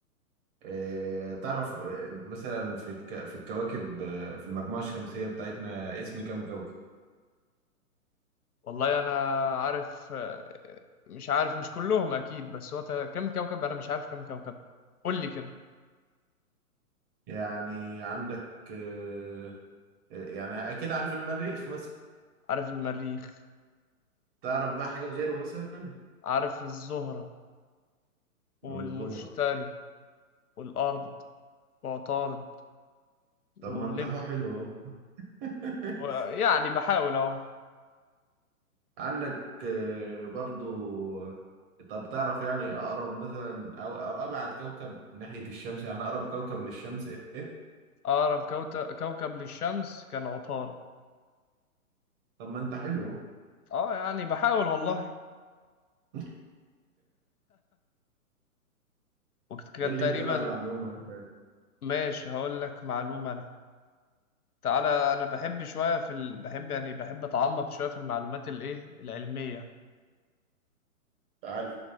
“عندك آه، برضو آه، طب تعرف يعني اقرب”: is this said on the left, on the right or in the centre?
Right